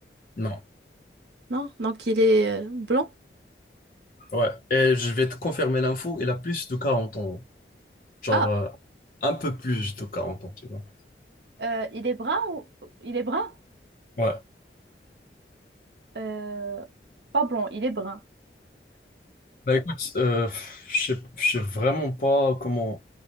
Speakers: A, on the left; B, on the right.
A: Non.
B: Non? Donc il est euh, blanc?
A: Ouais. Et je vais te confirmer l'info, elle a plus de 40 ans. Genre,
B: Ah,
A: euh, un peu plus de quarante ans, tu vois.
B: Euh, il est brun ou... Il est brun?
A: Ouais.
B: Euh, pas blond, il est brun.
A: Bah écoute, euh, je sais je sais vraiment pas comment.